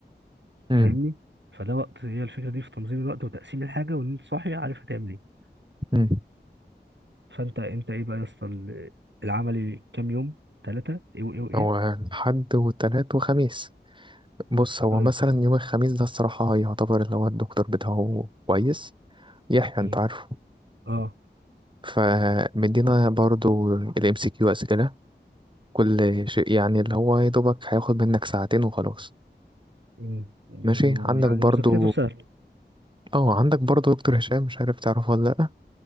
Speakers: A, on the right; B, on the right.
A: امم
B: فاهمني فده وقت هي الفكره دي في تنظيم الوقت وتقسيم الحاجه وان انت صاحي عارف هتعمل ايه
A: امم
B: فانت انت ايه بقى يا اسطى ال- العملي كام يوم ثلاثه ايه وايه وايه
A: هو الحد والتلات وخميس بص هو
B: طيب
A: مثلا يوم الخميس ده الصراحة يعتبر اللي هو الدكتور بتاعه كويس يحيى انت
B: امم
A: عارفه
B: اه
A: فمدينا برضو الام سي كيو اسئلة كل شيء يعني اللي هو يا دوبك هياخد منك ساعتين وخلاص
B: امم
A: ماشي
B: و-
A: عندك
B: ويعني
A: برضو
B: مذاكرته سهل
A: اه عندك برضو دكتور هشام مش عارف تعرفه ولا لأ